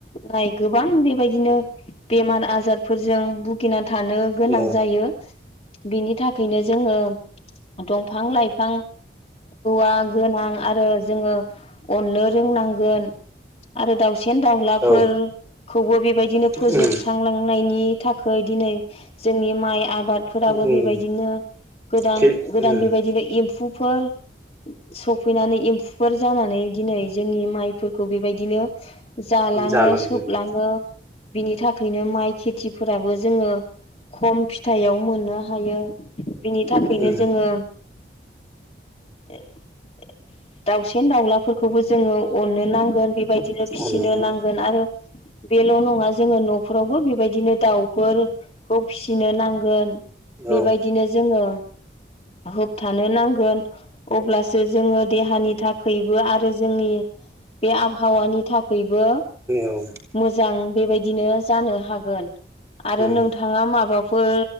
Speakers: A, on the left; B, on the right.
A: फ्राय गोबां बेबायदिनो बेमार आजारफोरजों भुगिना थानो गोनां
B: औ
A: जायो । बिनि थाखायनो जोङो दमफां लाइफां औवा गोनां आरो जोङो अननो रोंनांगोन आरो दाउ सिन दाउलाफोर
B: औ
A: खौबो बिफ बायदिनो
B: उम
A: फोजोबस्रांलांनायनि थाखै दिनै जोंनि माइ आबाद फोराबो
B: उम
A: बेबायदिनो गोदान
B: खे
A: गोदान
B: उम
A: बेबायदिनो एम्फौफोर सफैनानै एम्फौफोर जानानै दिनै जोंनि माइ फोरखौबि बायदिनो जालाङो
B: जालांजोबो
A: सोबलाङो बिनि थाखायनो माइ खेथिफोराबो जोङो खम फिथाइयाव मो ननो हायो । बिनि थाखायनो
B: उम
A: जोङो <unintelligible> दाउसेन दाउलाफोरखौबो जोङो अननो नांगोन बे बेबायदिनो फिसिनो
B: अनलाङा
A: नांगोन आरो बेल' नङा जोङो न'फोरावबो बेबायदिनो दाउफोरखौ फिसिनो नांगोन । बेबायदिनो
B: औ
A: जोङो होबथानो नांगोन अब्लासो जोङो देहानि थाखायबो आरो जोंनि बे आबहावानि थाखाय बबो
B: औ
A: मोजां बेबायदिनो जानो हागोन आरो
B: उम
A: नोंथाङा माबा फोर